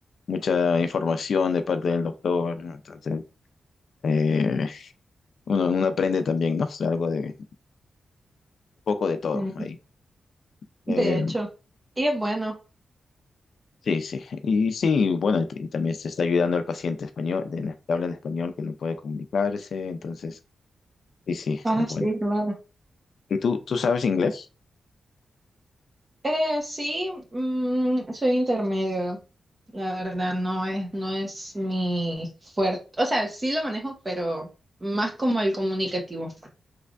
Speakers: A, on the left; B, on the right.
A: mucha información de parte del doctor. ¿no? Entonces, eh, uno, uno aprende también, ¿no? O sea, algo de, un poco de todo
B: sí,
A: ahí.
B: De
A: Eh,
B: hecho, y es bueno.
A: Sí, sí. Y sí, bueno, y, t- y también se está ayudando al paciente español, de, la que habla en español, que no puede comunicarse, entonces, sí, sí,
B: Ah,
A: es
B: sí,
A: bueno.
B: claro.
A: ¿Y tú, tú sabes inglés?
B: Eh, sí, mm, soy intermedio, la verdad, no es, no es mi fuerte, o sea, sí lo manejo, pero más como el comunicativo,